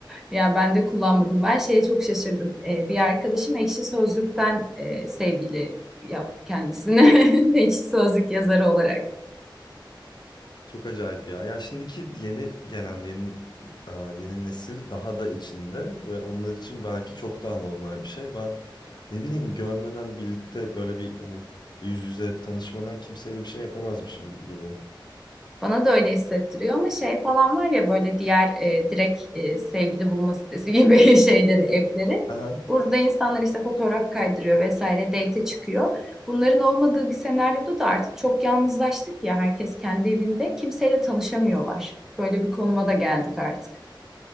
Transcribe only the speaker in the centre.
Ya ben de kullanmadım. Ben şeye çok şaşırdım. Ee, bir arkadaşım Ekşi Sözlük'ten e, sevgili yaptı kendisini. <laughs> Ekşi Sözlük yazarı olarak.
Bana da öyle hissettiriyor ama şey falan var ya böyle diğer e, direkt e, sevgili bulma sitesi gibi <laughs> şeyleri, app'leri.
Burada insanlar işte fotoğraf kaydırıyor vesaire, date'e çıkıyor. Bunların olmadığı bir senaryoda da artık çok yalnızlaştık ya herkes kendi evinde. Kimseyle tanışamıyorlar. Böyle bir konuma da geldik artık.